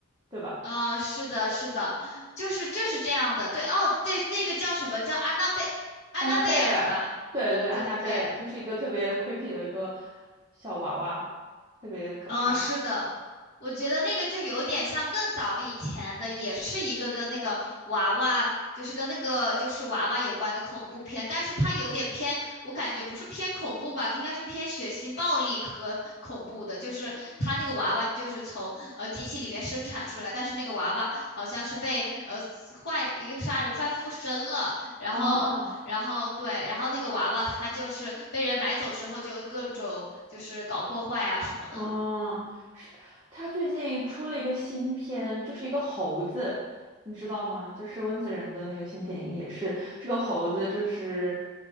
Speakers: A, on the right; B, on the left.
A: 对吧？
B: 呃，是的，是的，就是就是这样的。对，哦，对，那个叫什么叫安娜贝安娜贝尔吧？
A: 安娜贝尔，对对，安娜贝尔，
B: 对对对。
A: 这是一个特别 creepy 的一个小娃娃，特别可怕。
B: 嗯，是的，我觉得那个就有点像更早以前的，也是一个跟那个娃娃，就是跟那个就是娃娃有关的恐怖片，但是它有点偏，我感觉不是偏恐怖吧，应该是偏血腥、暴力和恐怖的。就是它那个娃娃就是从呃机器里面生产出来，但是那个娃娃好像是被呃坏一个杀人犯附身了，然后然后对，
A: 啊。
B: 然后那个娃娃他就是被人买走之后就各种就是搞破坏啊什么的。
A: 嗯，是他最近出了一个新片，就是一个猴子，你知道吗？就是温子仁的那个新电影，也是这个猴子，就是